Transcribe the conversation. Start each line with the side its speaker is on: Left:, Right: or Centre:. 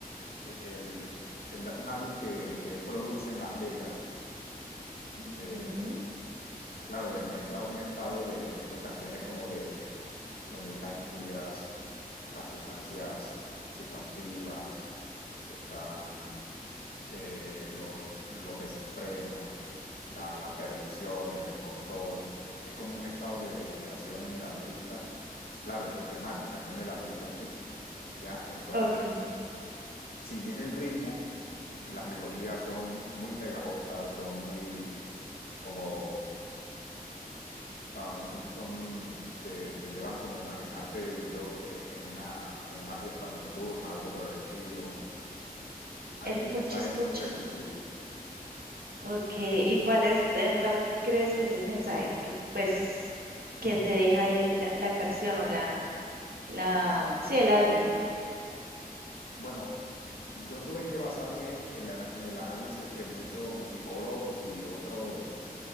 Left: eh, el, el- un álbum que, que él produce en Las Vegas,
Right: Ujú,
Left: eh, claro, demuestra un estado de, en sus canciones como de donde están incluidas las sustancias psicoactivas, están eh, los, los desenfrenos, la, la perdición, el descontrol. Es como un estado de degeneración en el artista claro, en sus temáticas, no en el artista en sí, ¿ya? Entonces,
Right: Ok.
Left: si bien el ritmo y las melodías son muy pegajosas, son muy como, ah, son, son que te llevan como a imaginarte yo eh, en, una, en una fiesta nocturna, algo por el estilo, hay
Right: El
Left: un
Right: punchis
Left: mensaje
Right: punchis.
Left: muy reflexivo.
Right: Ok. ¿Y cuál es, el cuál crees que es el mensaje que tú, pues, que te deja el- la, la canción o la, la, sí, el álbum?
Left: Bueno, Yo tuve que basarme en, la- en el análisis que muchos musicólogos y otros